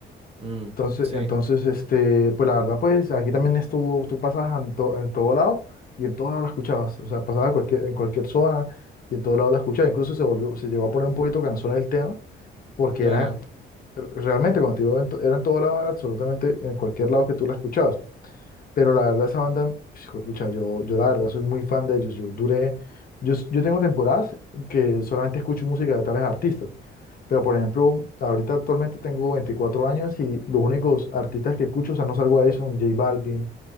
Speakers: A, on the right (about 30°); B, on the left (about 45°).
A: Mm,
B: Entonces,
A: sí,
B: entonces, este, pues la verdad, pues aquí también estuvo, tú pasabas en, to- en todo lado y en todo lado la escuchabas, o sea, pasaba en cualquier, en cualquier zona y en todo lado la escuchabas, incluso se volvió, se llegó a poner un poquito cansón el tema porque
A: claro.
B: era, realmente cuando te digo en to- era en todo lado, era absolutamente en cualquier lado que tú la escuchabas. Pero la verdad, esa banda, pues, juepucha, yo, yo la verdad soy muy fan de ellos. Yo duré, yo, s- yo tengo temporadas que solamente escucho música de tales artistas. Pero, por ejemplo, ahorita actualmente tengo 24 años y los únicos artistas que escucho, o sea, no salgo de ahí, son J Balvin,